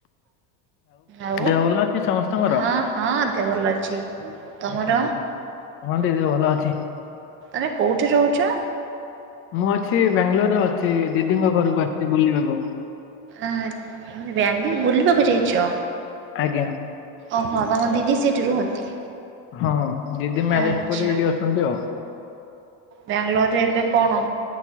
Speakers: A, on the right (about 30°); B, on the left (about 35°).
A: ଆଉ
B: ଦେହ ଭଲ ଅଛି ସମସ୍ତଙ୍କର?
A: ହଁ ହଁ ଦେହ ଭଲ ଅଛି। ତମର
B: <unintelligible> ହଁ ଦିଦି ଭଲ ଅଛି।
A: ଆରେ କଉଠି ରହୁଛ?
B: ମୁଁ ଅଛି ବାଙ୍ଗାଲୋରରେ ଅଛି ଦିଦିଙ୍କ ଘରକୁ ଆସିଛି ବୁଲିବାକୁ।
A: ଆ ବିଆଙ୍ଗଲୋର ବୁଲିବାକୁ ଜାଇଚ?
B: ଆଜ୍ଞା।
A: ଅହ ତମ ଦିଦି ସେଇଠି ରୁହନ୍ତି।
B: ହଁ ଦିଦି ମ୍ୟାରେଜ
A: ଆଚ୍ଛା
B: ପରେ ଏଇଠି ଅଛନ୍ତି ଆଉ।
A: ବ୍ୟାଙ୍ଗଲୋରରେ ଏବେ କଣ